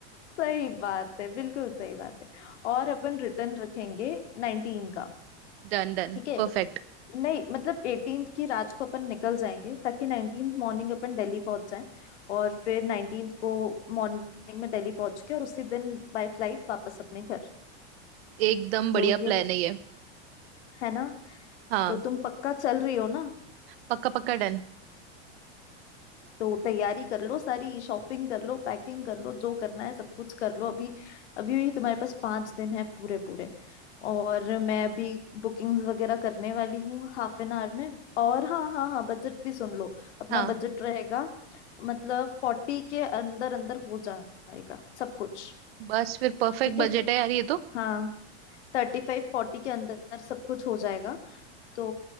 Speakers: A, on the left (about 80°); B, on the right (about 60°).
A: सही बात है बिल्कुल सही बात है और अपन रिटर्न रखेंगे नाइनटीन का
B: <laughs> Done done
A: ठीक है
B: perfect
A: नहीं मतलब एटीन की रात को अपन निकल जाएंगे ताकि नाइनटीन मॉर्निंग अपन दिल्ली पहुंच जाएं और फिर नाइनटीन को मॉर्निंग में दिल्ली पहुंच के और उसी दिन बाय फ्लाइट वापस अपने घर
B: <laughs> एकदम बढ़िया
A: तो ये
B: प्लान है ये
A: है ना
B: हाँ
A: तो तुम पक्का चल रही हो ना
B: पक्का पक्का डन
A: तो तैयारी कर लो सारी शॉपिंग कर लो पैकिंग कर लो जो करना है सब कुछ कर लो अभी अभी भी तुम्हारे पास पांच दिन है पूरे पूरे और मैं अभी बुकिंग्स वगैरह करने वाली हूँ हाफ एन आवर में और हाँ हाँ हाँ बजट भी सुन लो अपना
B: हाँ
A: बजट रहेगा मतलब फोर्टी के अंदर अंदर हो जाएगा सब कुछ
B: बस फिर परफेक्ट
A: ठीक
B: बजट
A: है
B: है यार ये तो
A: हाँ थर्टी फाइव फोर्टी के अंदर सब कुछ हो जाएगा तो